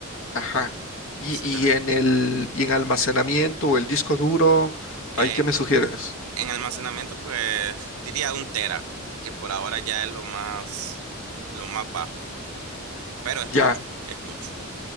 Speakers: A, on the left; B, on the right.
A: Ajá. Y,
B: Entonces
A: y
B: te
A: en el y en almacenamiento o el disco duro,
B: En,
A: ¿ahí qué me sugieres?
B: en almacenamiento, pues diría un tera, que por ahora ya es lo más, lo más bajo, pero es
A: Ya,
B: mucho, es mucho.